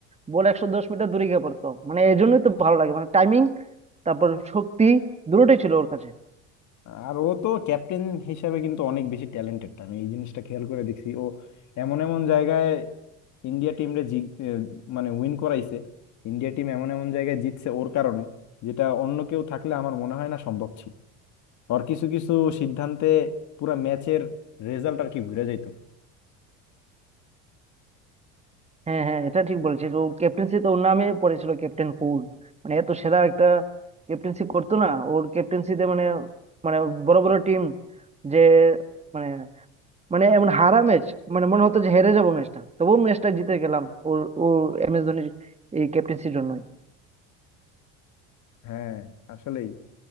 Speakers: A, on the right; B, on the left.
A: বল একশো দশ মিটার দূরে গিয়ে পড়তো মানে এই জন্যই তো ভালো লাগে মানে টাইমিং তারপর শক্তি দুটোই ছিল ওর কাছে
B: আর ও তো ক্যাপ্টেন হিসাবে কিন্তু অনেক বেশি ট্যালেন্টেড আমি এই জিনিসটা খেয়াল করে দেখছি ও এমন এমন জায়গায় ইন্ডিয়া টিমরে জি এ, মানে উইন করাইছে ইন্ডিয়া টিম এমন এমন জায়গায় জিতছে ওর কারণে যেটা অন্য কেউ থাকলে আমার মনে হয় না সম্ভব ছিল ওর কিছু কিছু সিদ্ধান্তে পুরা ম্যাচের রেজাল্ট আর কি ঘুরে যেত
A: হ্যাঁ হ্যাঁ এটা ঠিক বলেছিস ও ক্যাপ্টেন্সি তো ওর নামে পড়েছিল ক্যাপ্টেন কুল মানে এত সেরা একটা ক্যাপ্টেন্সি করতো না ওর ক্যাপ্টেন্সিতে মানে মানে বড় বড় টিম যে মানে মানে এমন হারা ম্যাচ মানে মনে হতো যে হেরে যাবো ম্যাচটা তবুও ম্যাচটা জিতে গেলাম ওর ও এম এস ধোনির এই ক্যাপ্টেন্সির জন্যই
B: হ্যাঁ আসলেই